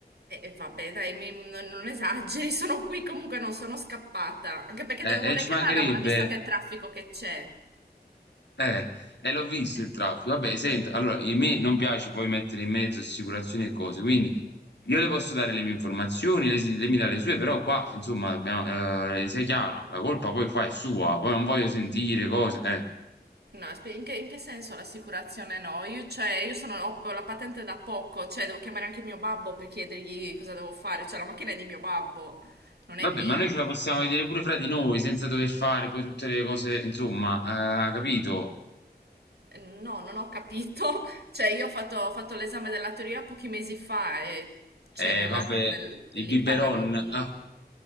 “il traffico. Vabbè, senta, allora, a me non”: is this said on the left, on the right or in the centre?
Left